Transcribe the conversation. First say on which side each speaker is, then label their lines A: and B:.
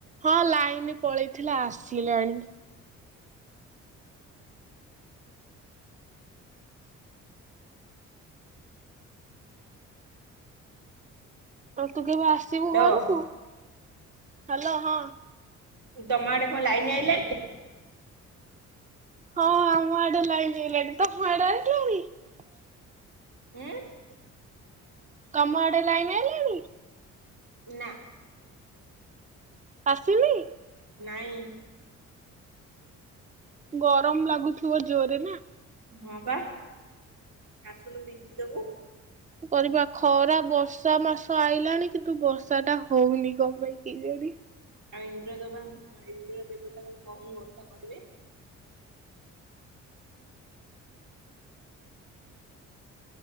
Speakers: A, on the right; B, on the right.
A: ହଁ ଲାଇନ ପଳେଇ ଥିଲା ଆସିଲାଣି। ଆଉ ତୁ କେବେ ଆସିବୁ
B: ଲୋ
A: ଘରକୁୁ? ହଲୋ ହଁ।
B: ତମ ଆଡେ କଣ ଲାଇନ ଆଇିଲାଣି?
A: ହଁ ଆମ ଆଡେ ଲାଇନି ଆ। ତମ ଆଡେ <unintelligible>
B: ଉଁ?
A: ତମ ଆଡେ ଲାଇିନି ଆଇଲାଣି?
B: ନା।
A: ଆସିନି?
B: ନାଇ।
A: ଗରମ ଲାଗୁଥିବ ଜୋରେ ନା?
B: ହଁ ବା ଆସିନୁ ବିଞ୍ଚିଦବୁ।
A: କରିବା ଖରା ବର୍ଷା ମାସ ଆଇଲାଣି କିନ୍ତୁ ବର୍ଷା ଟା ହଉନି କଣ ପାଇଁ କେଜାଣି?
B: ଆଉ ଇନ୍ଦ୍ରଦେବ <inaudible> କୋହୁନୁ ବର୍ଷା କରିବେ।